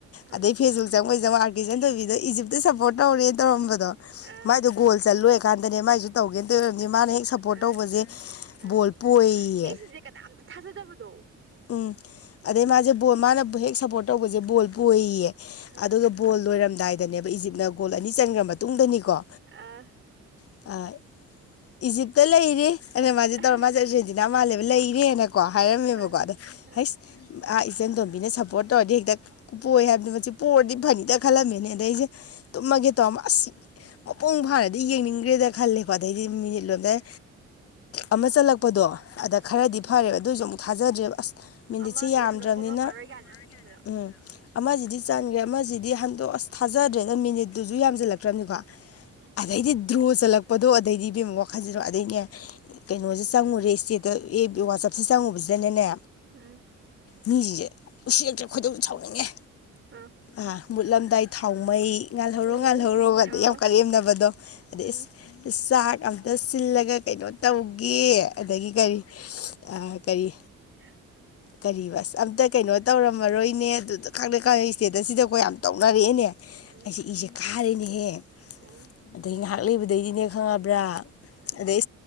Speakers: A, on the right; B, on the left.
A: ꯎꯝ
B: ꯑꯗꯩ ꯐꯦꯁꯕꯨꯛ ꯆꯪꯉꯣꯏ ꯆꯪꯉ ꯑꯥꯔ ꯀꯦ ꯏꯆꯟꯊꯣꯏꯕꯤꯗꯣ ꯏꯖꯤꯞꯇ ꯁꯞꯄꯣꯔꯠ ꯇꯧꯔꯦ ꯇꯧꯔꯝꯕꯗꯣ
A: ꯑꯥ
B: ꯃꯥꯏꯗꯣ ꯒꯣꯜ ꯆꯜ ꯂꯣꯏꯔꯀꯥꯟꯗꯅꯦ ꯃꯥꯏꯁꯨ ꯇꯧꯒꯦꯅ ꯇꯧ ꯑꯣꯏꯔꯝꯅꯤ ꯃꯥꯅ ꯍꯦꯛ ꯁꯞꯄꯣꯔꯠ
A: ꯑꯥ
B: ꯇꯧꯕꯁꯦ
A: ꯑꯥ
B: ꯕꯣꯜ ꯄꯣꯏꯌꯦ
A: ꯃꯤꯁꯤꯡꯁꯦ ꯀꯅꯥꯝꯇ ꯊꯥꯖꯗꯕꯗꯣ
B: ꯎꯝ ꯑꯗꯩ ꯃꯥꯁꯦ ꯕꯣꯜ ꯃꯥꯅ ꯍꯦꯛ ꯁꯞꯄꯣꯔꯠ ꯇꯧꯕꯁꯦ ꯕꯣꯜ ꯄꯣꯏꯌꯦꯌꯦ
A: ꯑꯥ
B: ꯑꯗꯨꯒ ꯕꯣꯜ ꯂꯣꯏꯔꯝꯗꯥꯏꯗꯅꯦꯕ ꯏꯖꯤꯞꯅ ꯒꯣꯜ ꯑꯅꯤ ꯆꯟꯒ꯭ꯔ ꯃꯇꯨꯡꯗꯅꯤꯀꯣ
A: ꯑꯥ
B: <unintelligible> ꯏꯖꯤꯞꯇ ꯂꯩꯔꯤ ꯑꯗꯨꯅ ꯃꯥꯗꯤ
A: ꯑꯥ
B: ꯇꯧꯔ ꯃꯥ ꯆꯠꯂꯁ꯭ꯔꯦꯗꯤꯅ ꯃꯥꯜꯂꯦꯕ ꯂꯩ ꯏꯔꯦꯅꯀꯣ ꯍꯥꯏꯔꯝꯃꯦꯕꯀꯣ
A: ꯑꯥ
B: ꯑꯗ
A: ꯑꯥ
B: ꯍꯁ ꯑꯥ ꯏꯆꯟ ꯇꯣꯝꯕꯤꯅ ꯁꯞꯄꯣꯔꯠ ꯇꯧꯔꯗꯤ ꯍꯦꯛꯇ ꯀꯨꯞꯄꯣꯛꯣꯏ ꯍꯥꯏꯕꯅꯤ ꯃꯁꯤ ꯄꯣꯔꯗꯤ ꯐꯅꯤꯗ ꯈꯜꯂꯝꯃꯦꯅꯦ ꯑꯗꯩꯁꯦ ꯇꯨꯝꯃꯒꯦ ꯇꯧꯔ ꯑꯁ ꯃꯄꯨꯡ ꯐꯥꯅꯗꯤ ꯌꯦꯡꯅꯤꯡꯈ꯭ꯔꯦꯗ ꯈꯜꯂꯦꯀꯣ ꯑꯗꯩꯗꯤ ꯃꯤꯅꯤꯠ ꯂꯣꯝꯗꯥꯏ ꯑꯃ ꯆꯠꯂꯛꯄ ꯀꯛꯄꯗꯣ ꯑꯗ
A: ꯎꯝ
B: ꯈꯔꯗꯤ ꯐꯔꯦꯕ ꯑꯗꯨꯑꯣꯏꯁꯨ ꯑꯃꯨꯛ ꯊꯥꯖꯗ꯭ꯔꯦꯕ ꯑꯁ ꯃꯤꯅꯤꯠꯁꯦ
A: ꯑꯃꯗꯨꯗꯤ
B: ꯌꯥꯝꯗ꯭ꯔꯕꯅꯤꯅ
A: ꯍꯟꯗꯣꯛꯄ ꯉꯝꯃꯔꯣꯏ ꯀꯥꯏꯗꯅ ꯁꯨꯝ ꯈꯟꯕꯗꯣ
B: ꯎꯝ ꯑꯃꯁꯤꯗꯤ ꯆꯥꯟꯈ꯭ꯔꯦ ꯑꯃꯁꯤꯗꯤ ꯍꯟꯗꯣꯛ ꯑꯁ ꯊꯥꯖꯗ꯭ꯔꯦꯅ ꯃꯤꯅꯤꯠꯇꯨꯁꯨ ꯌꯥꯝꯁꯤꯜꯂꯛꯇ꯭ꯔꯕꯅꯤꯀꯣ
A: ꯎꯝ
B: ꯑꯗꯩꯗꯤ ꯗ꯭ꯔꯣ ꯆꯜꯂꯛꯄꯗꯣ ꯑꯗꯩꯗꯤꯕꯦꯝꯃ ꯋꯥꯈꯜꯁꯤꯂꯣ ꯑꯗꯩꯅꯦ ꯀꯩꯅꯣꯁꯦ ꯆꯪꯉꯨꯔꯦ ꯏꯁꯇꯦ ꯋꯥꯆꯞꯁꯦ ꯆꯪꯉꯨꯕꯁꯤꯗꯅꯅꯦ
A: <unintelligible>
B: ꯃꯤꯁꯤꯡꯁꯦ ꯎꯁꯤꯔꯛꯇ꯭ꯔꯦ ꯈꯣꯏꯗꯧ ꯁꯥꯎꯅꯤꯡꯉꯦ
A: ꯑꯥ
B: ꯑ ꯃꯨꯠꯂꯝꯗꯥꯏ ꯊꯥꯎꯃꯩ ꯉꯥꯜꯍꯧꯔꯣ
A: ꯎꯝ
B: ꯉꯥꯜ ꯊꯧꯔꯣꯒꯗ
A: ꯑꯣ
B: ꯌꯥꯝ ꯀꯔꯦꯝꯅꯕꯗꯣ ꯑꯗꯩ
A: ꯎꯝ
B: ꯆꯥꯛ ꯑꯝꯇ ꯁꯤꯜꯂꯒ ꯀꯩꯅꯣ ꯇꯧꯒꯦ ꯑꯗꯒꯤ ꯀꯔꯤ ꯀꯔꯤ
A: <inaudible>
B: ꯀꯔꯤ ꯕꯁ ꯑꯝꯇ ꯀꯩꯅꯣ ꯇꯧꯔꯝꯃꯔꯣꯏꯅꯦ ꯑꯗꯨꯗ ꯈꯪꯗꯩ ꯈꯪꯗꯩ ꯏꯁꯇꯦꯠ ꯑꯁꯤꯗꯀꯣ ꯌꯥꯝ ꯇꯧꯅꯔꯛꯑꯦꯅꯦ
A: <inaudible>
B: ꯊꯥꯔꯦꯅꯦꯍꯦ
A: ꯎꯝ
B: ꯑꯗꯩ ꯉꯥꯏꯍꯥꯛ ꯂꯩꯕꯗꯩꯗꯤꯅꯦ ꯈꯪꯉꯕ꯭ꯔꯥ
A: ꯎꯝ
B: ꯑꯗꯩ